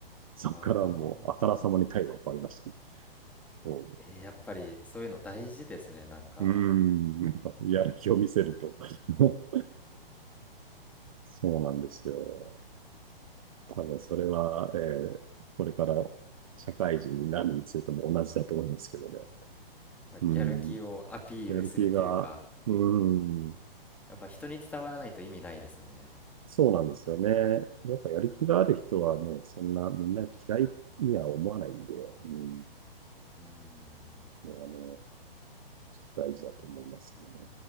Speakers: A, on the right; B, in the centre.
A: そっからもう、
B: ああ。
A: あからさまに態度が変わりましたね。こう
B: えーやっぱりそういうの大事ですね。なんか、
A: うーん、やっぱやる気を見せると。<laughs> そうなんですよ。多分それは、
B: そ
A: えーこれから社会人になるについても同じだと思いますけどね。
B: まあやる気をアピールするというか、
A: うん。やる気が、うん。
B: やっぱ人に伝わらないと意味ないですもんね。
A: そうなんですよね。やっぱやる気がある人はね、
B: うん。
A: そんなみんな嫌いには思わないんで、うん。
B: うん。
A: のはね、ちょっと大事だと思いますけどね。